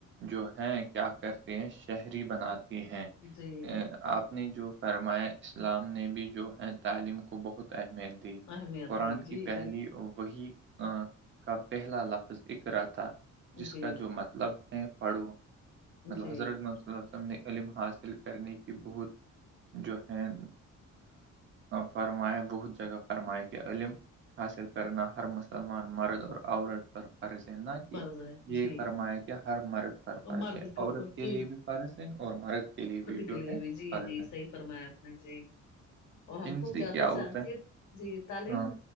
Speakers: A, on the right; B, on the left.
A: جو ہے کیا کرتے ہیں شہری بناتی ہیں
B: جی
A: اے، آپ نے جو فرمایا اسلام نے بھی جو ہے تعلیم کو بہت اہمیت دییا دی
B: اہمیت
A: قرآن
B: دی
A: کی
B: جی
A: پہلی
B: جی
A: وہی کا پہلا لفظ اک رہا تھا جس
B: جی
A: کا جو مت مطلب پاڑو مطلب
B: جی
A: حضرت م وس نے علم حاصل کرنے کی بہت جو ہے فرمایا بہت جگہ فرماائے کہ علم حاصل کرنا ہر مسئ سلمان مرد اور عورت پر پرض ہے نہ کہ
B: فرض ہے
A: یہ
B: جی
A: فرمایا کہ ہر مرد پر فرض
B: مرد
A: ہے عورت
B: اوپر
A: کے
B: جی
A: لیے بھی فرض ہے اور مرد کے لیے بھی جو
B: نک لیے
A: ہے
B: بھی جی
A: فرض
B: جی
A: ہے
B: صحی فرمایا اپپ نے جی اور ہم
A: جنسی
B: کو زیادہ
A: کیا ہوتا
B: چانتی ہے جی تعلیم
A: ہاں